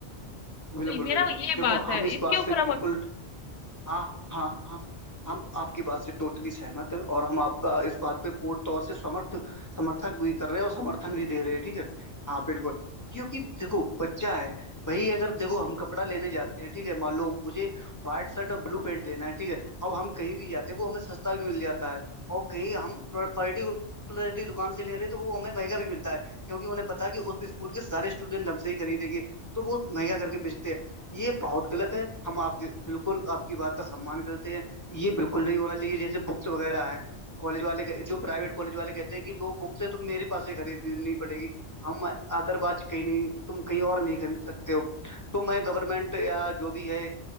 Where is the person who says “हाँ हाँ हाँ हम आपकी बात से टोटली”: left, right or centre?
Left